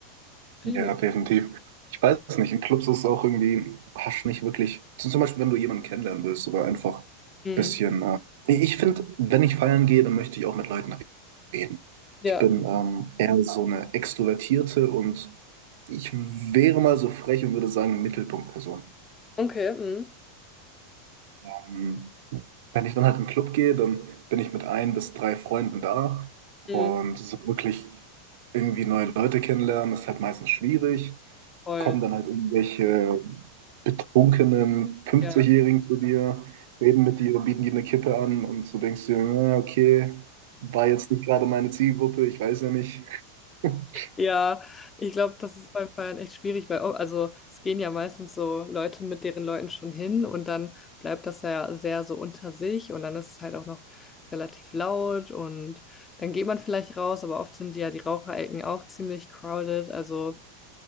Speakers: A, on the left; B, on the right.
A: Finde
B: Ja,
A: ich irgendwie gut.
B: definitiv. Ich weiß es nicht. In Clubs ist es auch irgendwie, du hast nicht wirklich. So zum Beispiel, wenn du jemanden kennenlernen willst oder einfach ein
A: Mhm.
B: bisschen. Äh, Nee, ich finde, wenn ich feiern gehe, dann möchte ich auch mit Leuten reden.
A: Ja,
B: Ich bin ähm, eher so eine Extrovertierte und ich wäre mal so frech und würde sagen, Mittelpunktperson.
A: okay, mhm.
B: Ähm, wenn ich dann halt in den Club gehe, dann bin ich mit ein bis drei Freunden da
A: Mhm.
B: und so wirklich irgendwie neue Leute kennenlernen, ist halt meistens schwierig.
A: Voll.
B: kommen dann halt irgendwelche betrunkenen 50-Jährigen
A: Ja.
B: zu dir, reden mit dir, bieten dir eine Kippe an und du denkst dir, na, okay, war jetzt nicht gerade meine Zielgruppe, ich weiß ja nicht. <laughs>
A: Ja, ich glaube, das ist beim Feiern echt schwierig, weil, oh, also es gehen ja meistens so Leute mit deren Leuten schon hin und dann bleibt das ja sehr so unter sich und dann ist es halt auch noch relativ laut und dann geht man vielleicht raus, aber oft sind ja die Raucherecken auch ziemlich crowded. Also